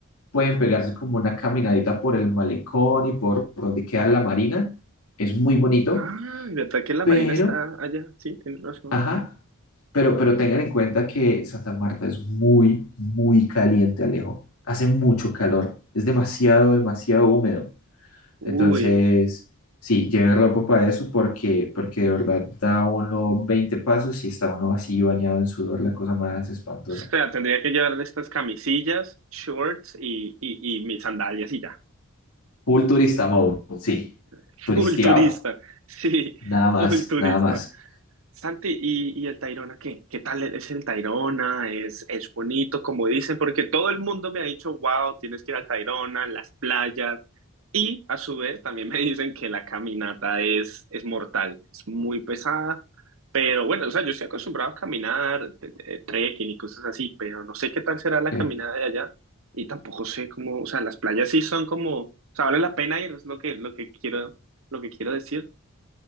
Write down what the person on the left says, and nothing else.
pueden pegarse como una caminadita por el malecón y por donde queda la marina. Es muy bonito,
pero
Ajá, pero, pero tengan en cuenta que Santa Marta es muy, muy caliente, Alejo. Hace mucho calor, es demasiado, demasiado húmedo.
Entonces, sí, lleven ropa para eso porque, porque de verdad da uno 20 pasos y está uno así bañado en sudor, la cosa más espantosa.
Full turista mode, sí,
turisteado,
nada más,
nada más.
Ok,